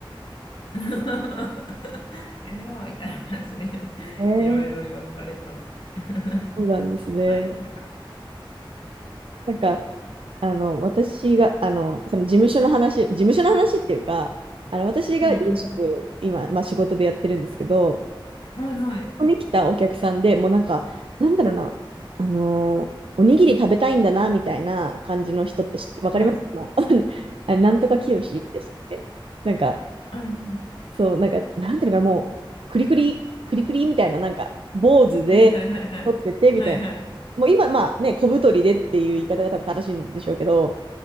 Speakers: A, on the left; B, on the right.
A: <laughs> やめろみたいな感じで <laughs>
B: ええ
A: いろいろ言われたので <laughs>
B: そうなんですね。
A: はい。なんか、
B: なんか、あの、私が、あの、その事務所の話、事務所の話っていうか、あの、私が飲食、
A: うんう
B: 今、まあ仕事でやってるんですけど、
A: ん。はいはい。
B: ここに来たお客さんでもうなんか、なんだろうな、あのーおにぎり食べたいんだな、みたいな感じの人って知って、わかりますの
A: はい。
B: <laughs> あれ、なんとかきよしでしたっけなんか、
A: あは
B: そう、なんか、なんていうのかな、もう、くりくり、くりくりみたいな、なんか、坊主で
A: いはいはいはい。
B: 撮ってて、みたいな。
A: はいはい。
B: もう今、まあね、小太りでっていう言い方が多分正しいんでしょうけど、